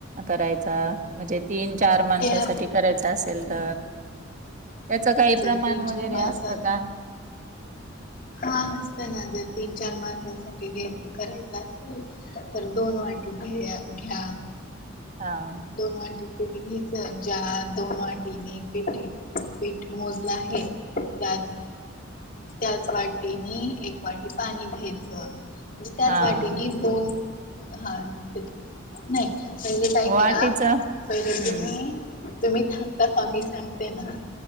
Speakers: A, on the right (about 40°); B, on the left (about 45°).
A: करायचा म्हणजे तीन चार माणसासाठी
B: त्या
A: करायचा असेल तर, त्याच काही
B: जर
A: प्रमाण
B: तीन
A: वगैरे
B: चार माणसं
A: आसतं का?
B: हा असतं ना जर तीन चार माणसासाठी घ्यायच करायचं असल तर दोन वाटी घेय घ्या.
A: हां.
B: दोन वाटी पीठ घ्याच ज्या दोन वाटीने पीठ घे पीठ मोजल आहे त्यात त्याच वाटीनी एक वाटी पाणी घ्यायचं म्हंजे त्याच
A: हा
B: वाटीनी दोन हा ते नाही. पहिले काय
A: वाटीच
B: करा पहिले
A: हम्म
B: तुम्ही तुम्ही थांबता का मी सांगते ना.